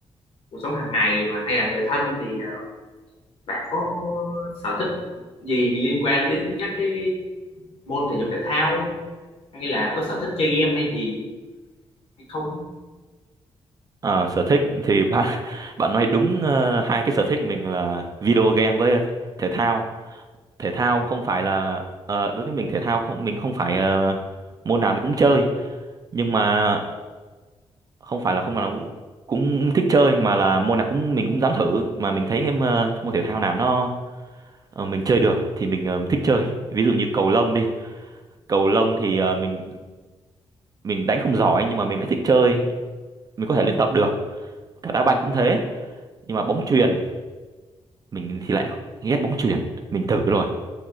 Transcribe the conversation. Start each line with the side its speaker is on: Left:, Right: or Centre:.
Left: cuộc sống hàng ngày mà hay là người thân thì ờ, bạn có sở thích gì liên quan đến các cái môn thể dục thể thao hay là có sở thích chơi game hay gì hay không
Right: ờ, sở thích thì bạn <laughs> bạn nói đúng ờ, hai cái sở thích mình là video game với thể thao. Thể thao không phải là ờ, đối với mình thể thao không mình không phải ờ, môn nào mình cũng chơi, nhưng mà không phải là không nào cũng cũng thích chơi mà là môn nào cũng mình cũng dám thử mà mình thấy cái ờ, môn thể thao nào nó Ờ, mình chơi được thì mình ờ, thích chơi ví dụ như cầu lông đi cầu lông thì ờ, mình mình đánh không giỏi nhưng mà mình lại thích chơi mình có thể luyện tập được cả đá banh cũng thế nhưng mà bóng chuyền mình thì lại ghét bóng chuyền mình thử rồi